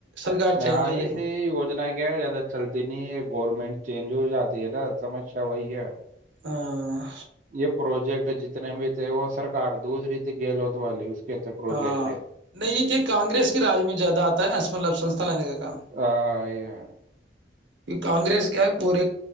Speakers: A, on the right; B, on the right.
A: سرکار
B: ہاں
A: چینج ہو گئی
B: ایسے ہی وجنا کیا ہے زیادہ چلتی نہیں ہے گورنمنٹ چینج ہو جاتی ہے نا سمسیا وہی ہے
A: ہاں
B: یہ پروجیکٹ جتنے بھی تھے وہ سرکار دوسری ت گہلوت والی اس کے تھے پروجیکٹ
A: ہاں نہیں یہ کہ کانگریس کے رج میں زیادہ آتا ہے اسملب سنسھا لنے کا کام
B: آ یہ
A: کیونکہ کانگریس کیا ہے پورے